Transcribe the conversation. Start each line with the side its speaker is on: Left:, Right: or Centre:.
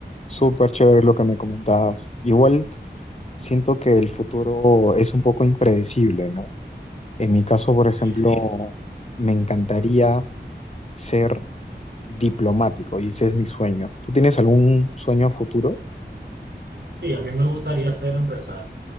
Left: Súper chévere lo que me comentabas. Igual siento que el futuro es un poco impredecible, ¿no? En mi caso, por
Right: Sí,
Left: Sí, ejemplo,
Right: sí.
Left: Sí. me encantaría ser diplomático y ese es mi sueño. ¿Tú tienes algún sueño a futuro?
Right: Sí, a mí me gustaría ser empresario.